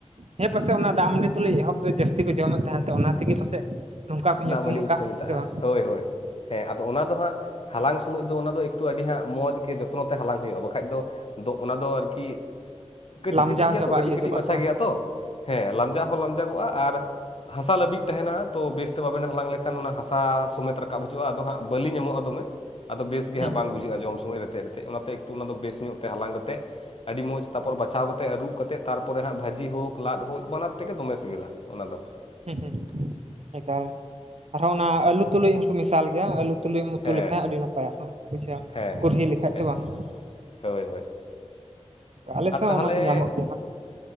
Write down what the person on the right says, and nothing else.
ᱦᱮᱸ ᱯᱟᱥᱮᱡ ᱚᱱᱟ ᱫᱟᱜ ᱢᱟᱹᱰᱤ ᱛᱩᱞᱩᱡ ᱮᱦᱚᱵ ᱫᱚ ᱡᱟᱹᱥᱛᱤ ᱠᱚ ᱡᱚᱢᱮᱫ ᱛᱟᱦᱮᱱ ᱛᱮ ᱚᱱᱟ ᱛᱮᱜᱮ ᱯᱟᱥᱮᱡ ᱱᱚᱝᱠᱟ ᱠᱚ
ᱧᱩᱛᱩᱢ
ᱟᱠᱟᱫᱼᱟ
ᱥᱮ ᱵᱟᱝ
ᱞᱟᱢᱡᱟᱣ
ᱪᱟᱵᱟᱜ
ᱤᱭᱟᱹ
ᱪᱟᱵᱟᱜ
ᱥᱮ ᱵᱟᱝ
ᱦᱩᱸ
ᱦᱩᱸ ᱦᱩᱸᱸ ᱮᱠᱟᱞ ᱟᱨᱦᱚᱸ ᱚᱱᱟ ᱟᱹᱞᱩ ᱛᱩᱞᱩᱡ ᱦᱚᱸᱠᱚ ᱢᱮᱥᱟᱞ ᱜᱮᱭᱟ ᱟᱹᱞᱩ ᱛᱩᱞᱩᱡ ᱩᱛᱩ
ᱞᱮᱠᱷᱟᱡ ᱟᱹᱰᱤ ᱱᱟᱯᱟᱭ-ᱟ ᱠᱚ ᱵᱩᱡᱽ ᱠᱮᱜᱼᱟᱢ
ᱠᱩᱨᱦᱤ
ᱞᱮᱠᱷᱟᱡ
ᱥᱮ ᱵᱟᱝ
ᱟᱞᱮ
ᱥᱮᱫ
ᱚᱱᱟ ᱠᱚ ᱧᱟᱢᱚᱜ ᱜᱮᱭᱟ ᱦᱟᱸᱜ